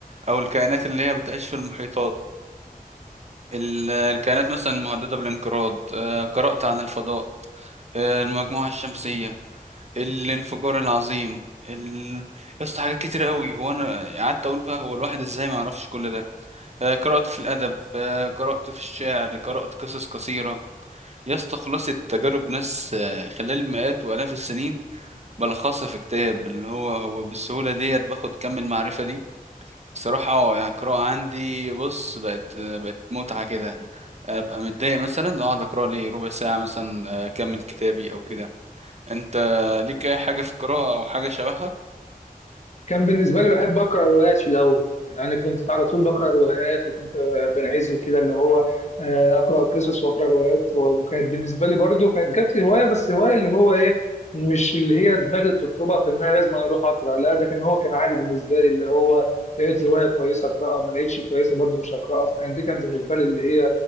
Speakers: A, on the right; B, on the left.
A: او الكائنات اللي هي بتعيش في المحيطات ال- الكائنات مثلا المهدده بالانقراض آه، قرات عن الفضاء آه، المجموعه الشمسيه الانفجار العظيم ال... يا اسطى حاجات كتير قوي هو انا قعدت اقول بقى هو الواحد ازاي ما يعرفش كل ده آه قرأت في الادب آه قرأت في الشعر قرأت قصص قصيرة يا اسطى خلاصة تجارب ناس آه خلال مئات والاف السنين بلخصها في كتاب اللي هو هو بالسهولة ديت باخد كم المعرفة دي صراحة آه، يعني القراءة عندي بص بقت آه بقت متعة كده ابقى متضايق مثلا اقعد اقرا لي ربع ساعة مثلا آه، اكمل كتابي او كده انت ليك اي حاجة في القراءة او حاجة شبهها
B: كان بالنسبة لي بحب أقرأ روايات في الأول يعني كنت على طول بقرأ روايات وكنت بنعزل كده اللي هو آه، أقرأ قصص وأقرأ روايات وكانت بالنسبة لي برضو كانت جت لي هواية بس هواية اللي هو إيه مش اللي هي دماغي بتطلبها في إن أنا لازم أنا أروح أقرأ لا ده كان هو كان عادي بالنسبة لي اللي هو لقيت رواية كويسة أقرأها ما لقيتش كويسة برضو مش هقرأها فكان دي كان بالنسبة لي اللي هي